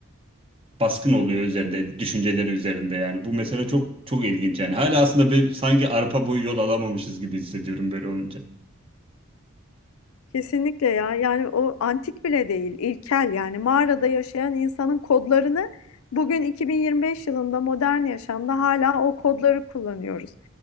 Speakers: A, on the right; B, on the left.
A: baskın oluyor üzerinde, düşünceleri üzerinde yani. Bu mesela çok çok ilginç yani. Hala aslında bir sanki arpa boyu yol alamamışız gibi hissediyorum böyle olunca.
B: Kesinlikle ya. Yani o antik bile değil, ilkel yani mağarada yaşayan insanın kodlarını bugün 2025 yılında modern yaşamda hala o kodları kullanıyoruz.